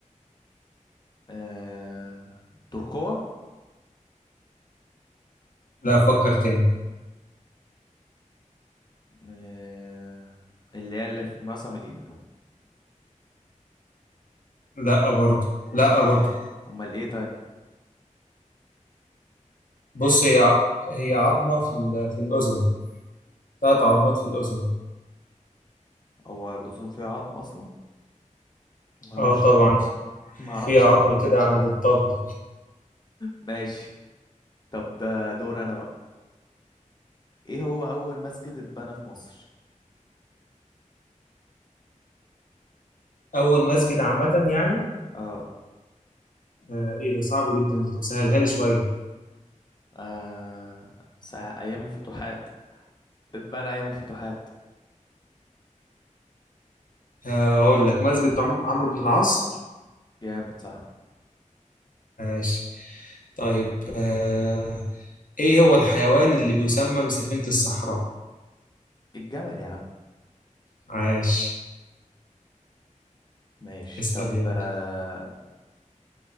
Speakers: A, on the left (about 30°); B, on the left (about 85°).
A: آه... ترقوة
B: لا أفكر تاني
A: آه... اللي هي اللي في معصم الايد
B: لا برضو لا
A: امال
B: برضو
A: امال ايه طيب
B: بص هي ع- هي عظمة في ال- في الأذن ثلاث عظمات في الأذن
A: هو الاذن فيها عظم اصلا ما اعرفش
B: اه طبعا
A: ما اعرفش
B: في عظم
A: النقطة
B: كده
A: دي
B: عند الطبل
A: ماشي طب ده دور انا بقى ايه هو اول مسجد اتبنى في مصر
B: أول مسجد عامة يعني
A: اه
B: آه إيه ده صعب جدا ده طب سهلها لي شوية
A: آه، ساعة أيام الفتوحات اتبنى أيام الفتوحات
B: آه هقول لك مسجد عم- عمرو بن العاص
A: جامد صح
B: ماشي طيب آه إيه هو الحيوان اللي بيسمى بسفينة الصحراء
A: الجمل يا عم
B: عاش
A: ماشي
B: اسأل
A: طب
B: يلا
A: آه...